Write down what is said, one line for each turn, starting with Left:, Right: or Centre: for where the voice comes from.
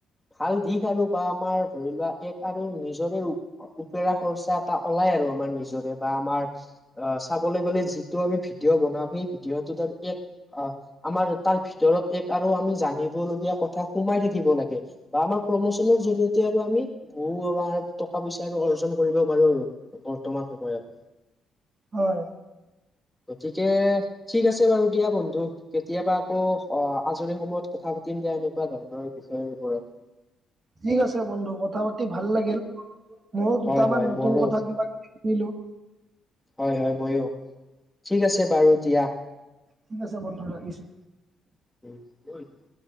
Centre: ভাল দিশ আৰু বা আমাৰ ধৰি লোৱা এক আৰু নিজৰে উপেৰা খৰ্চাত এটা ওলাই আৰু আমাৰ নিজৰে বা আমাৰ অ', চাবলৈ গলে যিটো আমি ভিডিঅ' বনাও সেই ভিডিঅ'টোত এক অ', আমাৰ তাৰ ভিতৰত এক আৰু আমি জানিব লগগীয়া কথা সোমাই থাকিব লাগে। বা আমাৰ প্ৰমোচনৰ জৰিয়তে আৰু আমি বহু আমাৰ টকা পইচা আৰু অৰ্জন কৰিব পাৰো আৰু। বৰ্তমান সময়ত।
Right: হয়।
Centre: গতিকে ঠিক আছে বাৰু দিয়া বন্ধু কেতিয়াবা আকৌ অ', আজৰি সময়ত কথা পাতিম দিয়া আমি। কনেুৱা ধৰণৰ বিষয়ৰ ওপৰত
Right: ঠিক আছে বন্ধু কথা পাতি ভাল লাগিল, ময়ো দুটামান
Centre: হয় হয়
Right: নতুন
Centre: মোৰো
Right: কথা কিবা কিবি শুকিলোঁ।
Centre: হয়, হয় মইও ঠিক আছে বাৰু দিয়া।
Right: ঠিক আছে বন্ধ ৰাখিছোঁ।
Centre: <unintelligible>